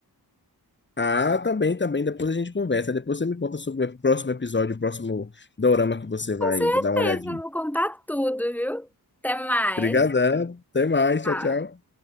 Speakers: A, on the left; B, in the centre.
A: Ah, tá bem, tá bem. Depois a gente conversa. Depois você me conta sobre o próximo episódio, o próximo dorama que você vai
B: Com certeza,
A: dar uma olhadinha.
B: eu vou contar tudo, viu? Até mais.
A: Obrigadão. Até mais.
B: Tchau.
A: Tchau, tchau.